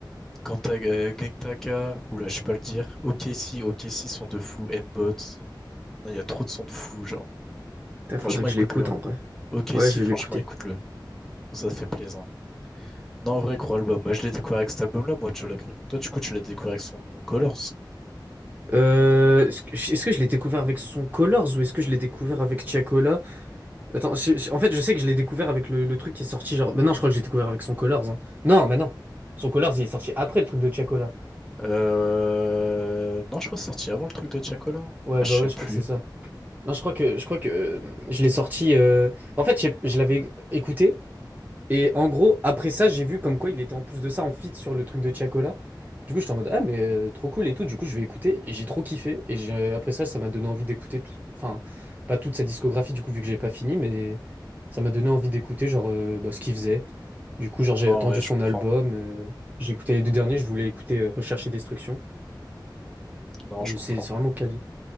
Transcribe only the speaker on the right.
Putain, faudrait
que
je l'écoute
en vrai.
Ouais,
je
vais l'écouter.
Euh, est-ce que, est-ce que je l'ai découvert avec son Colors ou est-ce que je l'ai découvert avec Tiakola? Attends, je- je- en fait, je sais que je l'ai découvert avec le, le truc qui est sorti genre. Bah non, je crois que j'ai découvert avec son Colors. hein. Non, bah non. Son Colors, il est sorti après le truc de Tiakola.
Ouais,
bah
ouais, je
crois que c'est ça. Non, je crois que je crois que euh, je l'ai sorti. euh, En fait, j'ai- je l'avais écouté. Et en gros, après ça, j'ai vu comme quoi il était en plus de ça en feat sur le truc de Tiakola. Du coup, j'étais en mode, ah, mais euh, trop cool et tout. Du coup, je vais écouter et j'ai trop kiffé. Et j'ai- après ça, ça m'a donné envie d'écouter tout. Enfin, pas toute sa discographie, du coup, vu que j'ai pas fini, mais ça m'a donné envie d'écouter, genre, euh, bah, ce qu'il faisait. Du coup, genre, j'ai
attendu
son
album. euh, j'ai écouté les deux derniers, je voulais écouter euh, Recherche et Destruction.
Mais
c'est c'est vraiment quali.